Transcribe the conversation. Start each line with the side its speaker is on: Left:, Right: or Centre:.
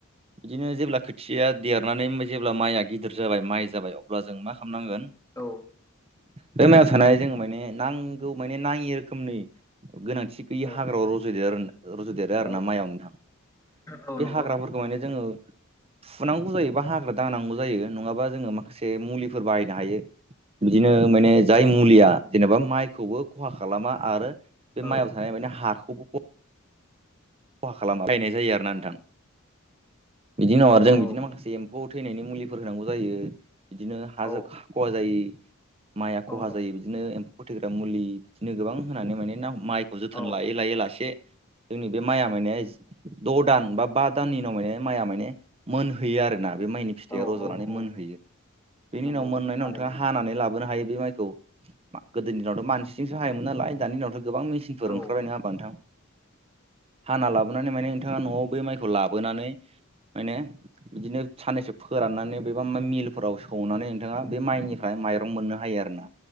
Right: बिदिनो जेब्ला खोथिया देरनानै जेब्ला माइया गिदिर जाबाय माइ जाबाय अब्ला जों मा खालाम खालामनांगोन
Left: औ
Right: बे मायाव थानाय जोङो माने नांगौ माने नाङि रोखोमनि गोनांथि गैयि
Left: औ
Right: हाग्रायाव रज'देर रज'देरो आरो
Left: औ
Right: ना माइआव नोंथां।
Left: औ
Right: बे
Left: नंगौ।
Right: हाग्राफोरखौ माने जोङो फुनांगौ जायो बा हाग्रा दानांगौ जायो नङाबा जोङो माखासे मुलिफोर बाहायनो हायो। बिदिनो माने जाय मुलिया जेनेबा माइखौबो खहा खालामा आरो बे
Left: औ
Right: माइआव थानाय माने हाखौबो ख खहा खालामा बायनाय जायो आरो ना नोंथां बिदि उनाव
Left: औ
Right: आरो जों
Left: औ
Right: बिदिनो माखासे एम्फौ थैनायनि मुलिफोर होनांगौ जायो बिदिनो हाजों
Left: औ
Right: खहा जायि। माइया खहा
Left: नं
Right: जायो बिदिनो एम्फौ फथैग्रा मुलि बिदिनो गोबां होनानै माने ना ह माइखौ जोथोन
Left: औ
Right: लायै लायै लासे जोंनि बे माइया माने द' दान बा बा दाननि उनाव माने माइआ माने मोनहैयो आरोना। बे माइनि फिथाइयाव
Left: औ
Right: रज'नानै
Left: औ औ
Right: मोनहैयो बेनि
Left: नंगौ
Right: उनाव मोननायनि
Left: थारैनो
Right: उनाव नोंथाङा हानानै लाबोनो हायो बे माइखौ। गोदोनि दिनावथ' मानसिजोंसो हायोमोन नालाय दानि दिनावथ' गोबां मेसिनफोर
Left: औ
Right: ओंखारबाय नङा हाबा नोंथां? हाना लाबोनानै माने नोंथाङा न'आव बे माइखौ लाबोनानै माने बिदिनो साननैसो फोराननानै बेबा मिलफोराव सौनानै नोंथाङा बे माइनिफ्राय माइरं मोननो हायो आरो ना।